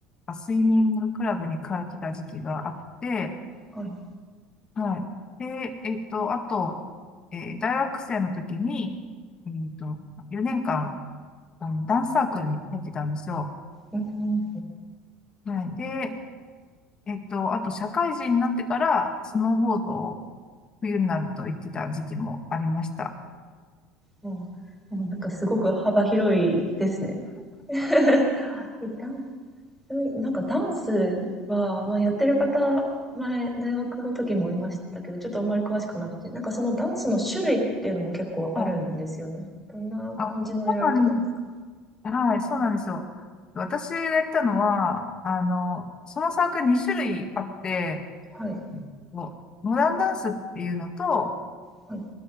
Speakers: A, on the left; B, in the centre.
A: あスイミングクラブに通ってた時期があって、
B: はい。
A: はい。で、えっと、あと、えー大学生の時に、えっと、4年間、あの、ダンスサークルに入ってたんですよ。
B: うん。
A: はい。で、えっと、あと、社会人になってから、スノーボードを冬になると行ってた時期もありました。
B: もう、もうなんかすごく幅広いですね。<laughs> えダンなんかダンスは、まあやってる方、前、大学の時もいましたけど、ちょっとあんまり詳しくなくて、なんかそのダンスの種類っていうのも結構あるんですよね。
A: はい。
B: どんな感じのやられてたんですか
A: あ、そうなんですはい、そうなんですよ。私がやったのは、あの、そのサークル2種類あって、
B: はい。
A: こうモダンダンスっていうのと、
B: はい。